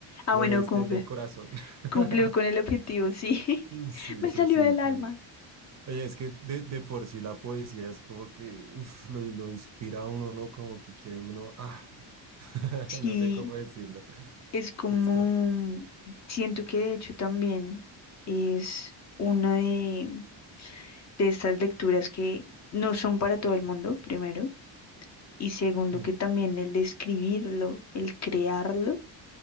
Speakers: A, on the left (about 40°); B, on the right (about 40°).
A: Ah,
B: lo
A: bueno,
B: leíste
A: cumple.
B: desde el corazón. <laughs>
A: Cumplió con el objetivo, sí.
B: Sí,
A: <laughs> Me
B: se
A: salió
B: sintió.
A: del alma.
B: Oye, es que de, de por sí la poesía es como que uf, lo, lo inspira a uno, ¿no? Como que quiere uno, ah, <laughs>
A: Sí,
B: no sé cómo decirlo.
A: es como,
B: Listo.
A: siento que de hecho también es una de, de estas lecturas que no son para todo el mundo, primero. y segundo
B: Mm,
A: que también el escribirlo, el crearlo,